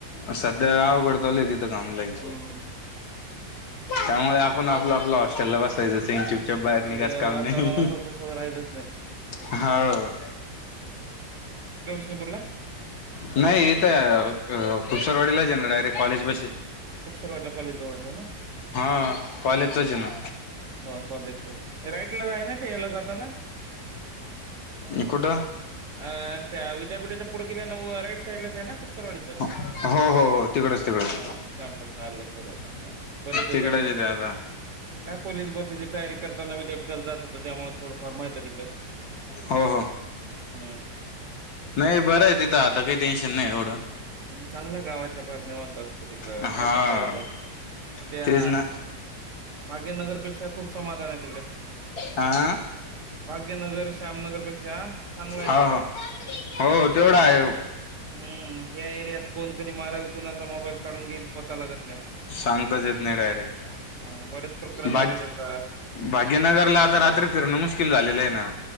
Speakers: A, on the left; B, on the right.
A: सध्या आवकडतले तिथं कामलाही
B: हम्म.
A: त्यामुळे आपण आपलं आपल्या हॉस्टेल ला बसतो स इनच्यबच्या बाहेर निघाच
B: ते
A: काम
B: वातावरण
A: नाही
B: आता तसं राहिलंच नाही
A: होा
B: विष्पूरला
A: नाही इथ खुपसरवाडीलाच आहे ना डायरेक्ट कॉलेज बस
B: खूप सार वाटला कॉलेज जवळच ना
A: ह कॉवाले
B: हम्म
A: येतोज ना
B: हो कॉलेज राईट ला जाय ना ते याला जातो ना
A: इकड
B: अ त्या विद्यापीठाच्या पुढ गल्या न राईट साईडलाच आहे ना खूप सरवाडीीचं
A: हो हो हो तिकडच तिकडच
B: हा कॅमपस लक्षात होता बर तेचार
A: तिकडच येते आता.
B: काय पोलीस भरतीची तयारी करताना विद्यापीठाला जात होतं त्यामुळे थोडंफार माह आहे तिकडे
A: हो हो
B: हम्म
A: नाही बरं आहे तिथं आता काही टेन्शन नाही एवढं
B: चांगल्या गावाच्या भ निवतो तिकड
A: हा
B: काय करता इकड त्या
A: तेच ना
B: भाग्यनगरपेक्षा खूप समाधान आहे तिकडे
A: आ
B: भाग्यनगर श्यामनगरपेक्षा चांगला आहे
A: हा
B: तिकडे
A: ह हो तेवढा आहे
B: हम्म ह्या एरियात कोणतरी मारल कुणाचा मोबाईल काढून घेईल पता लागत नाही.
A: सांगताच येत नाही डायरेक्ट
B: हा बरेच प्रकरण
A: भाग
B: झाले आहेत आता.
A: भाग्यनगरला आता रात्री फिरणं मुश्किल झालेलं आहे ना